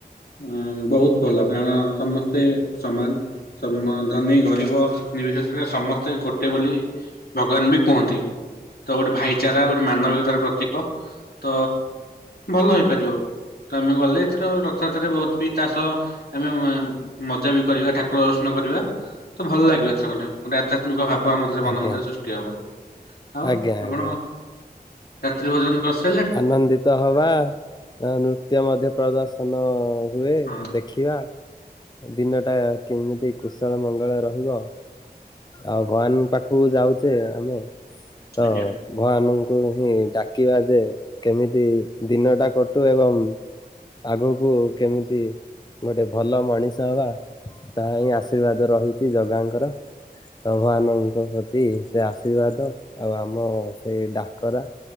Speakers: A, on the left (about 70°); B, on the left (about 25°).
A: ଅଁ-ଅଁ ବହୁତ୍ ଭଲ କାରଣ ସମସ୍ତେ ସମାନ ସମଧ ଧନୀ ଗରିବ ନିର୍ବିଶେଷରେ ସମସ୍ତେ ଗୋଟେ ବୋଲି ଭଗବାନ ବି କୁହନ୍ତି। ତ ଗୋଟେ ଭାଇଚାରା ଗୋଟେ ମାନବିକତାର ପ୍ରତୀକ, ତ ଭଲ ହେଇପାରିବ। ତ ଆମେ ଗଲେ ଏଥର ରଥଯାତ୍ରାରେ ବହୁତ ବି ତା ସହ ଆମେ ମ-ମ ମଜା ବି କରିବା ଠାକୁର ଦର୍ଶନ କରିବା। ତ ଭଲ ଲାଗିବ ଏଥରଗଲେ ଗୋଟେ ଆଧ୍ୟାତ୍ମିକ ଭାବ୍ <inaudible> ମଧ୍ୟରେ ମନ
B: ଆଜ୍ଞା
A: ମଧ୍ୟରେ ସୃଷ୍ଟି ହବ, ଆଉ
B: ଆଜ୍ଞା
A: ଆପଣ
B: ଆଜ୍ଞା
A: ରାତ୍ରି ଭୋଜନ କରସ
B: ଆନନ୍ଦିତ ହବା, ନୃତ୍ୟ ମଧ୍ୟ ପ୍ରଦର୍ଶନ ହୁଏ,
A: ହଁ
B: ଦେଖିବା ଦିନଟା କେମିତି କୁଶଳ ମଙ୍ଗଳ ରହିବ ଆଉ ଭଗବାନ ପାଖକୁ ଯାଉଛେ ଆମେ ତ
A: ଆଜ୍ଞା
B: ଭଗବାନୁ ଙ୍କୁ ହିଁ ଡାକିବା ଯେ କେମିତି ଦିନଟା କଟୁ ଏବଂ ଆଗକୁ କେମିତି ଗୋଟେ ଭଲ ମଣିଷ ହବା ତା ହିଁ ଆଶୀର୍ବାଦ ରହିଛି ଜଗାଙ୍କର। ଭଗବାନଙ୍କ ପ୍ରତି ସେ ଆଶୀର୍ବାଦ ଆଉ ଆମ ସେଇ ଡାକରା